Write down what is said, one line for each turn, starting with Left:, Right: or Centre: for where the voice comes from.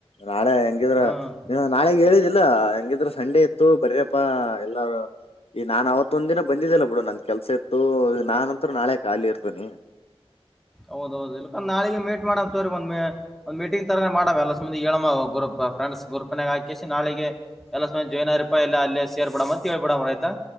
Left: ನಾಳೆ ಹೆಂಗಿದ್ರ
Centre: ಹ್ಮ್
Left: ನಾಳೆ ಹೇಳಿದ ಇಲ್ಲ ಹೆಂಗಿದ್ರ ಸಂಡೇ ಇತ್ತು ಬರಪ್ಪಾ ಎಲ್ಲ ಈ ನಾನ್ ಅವತ್ ಒಂದ ದಿನ ಬಂದಿದ್ದಲ್ಲ ಬಿಡು ನಂದ ಕೆಲ್ಸ ಇತ್ತು ನಾನಂತ ನಾಳೆ ಖಾಲಿ ಇರ್ತೇನಿ
Centre: ಹೌದೌದು ಇಲ್ ನಾಳಿಗೆ ಮೇಟ್ ಮಾಡ ಸ ಒಂದ ಒ್ ಮೀಟಿಂಗ್ ತರೇ ಮಾಡ ಅಲ್ಲ ಏ ಹೋಗ ಗ್ರೂಪ್ ಫ್ರೆಂಡ್ಸ್ ಗ್ರೂಪ್ ನಾಗ ಹಾಕಿಸಿ ನಾಳೆಗೆ ಎಲ್ಲ ಸಮ ಜಾಯಿನ್ ಆ ಪ್ಪ ಎಲ್ಲಾ ಅಲ್ಲೇ ಸೇರ್ ಬಿಡಮ್ಮಂತೇಳ್ಬಿಡಮ್ಮ ಆಯ್ತಾ